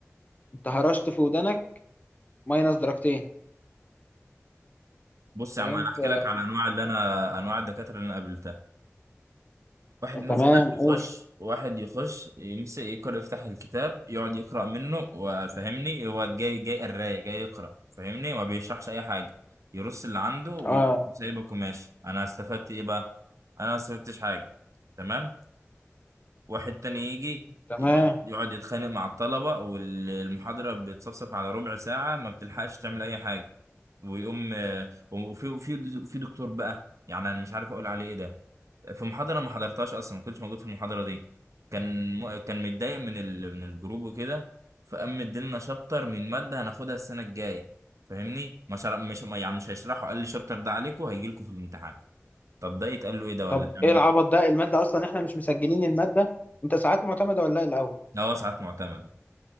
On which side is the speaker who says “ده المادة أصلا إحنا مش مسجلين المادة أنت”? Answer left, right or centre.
Left